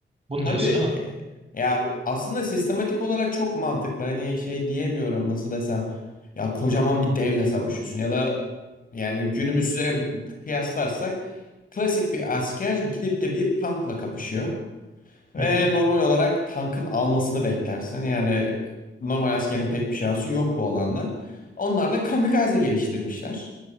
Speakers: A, on the right (about 30°); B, on the left (about 45°).
A: Bunu
B: Tabii
A: diyorsun
B: e,
A: değil mi?
B: ya aslında sistematik olarak çok mantıklı. Hani şey diyemiyorum nasıl desem. Ya kocaman bir devle savaşıyorsun ya da yani günümüze kıyaslarsak klasik bir asker gidip de bir tankla kapışıyor. Ve
A: Hı hı.
B: normal olarak tankın almasını beklersin. Yani normal askerin pek bir şansı yok bu alanda. Onlar da kamikaze geliştirmişler.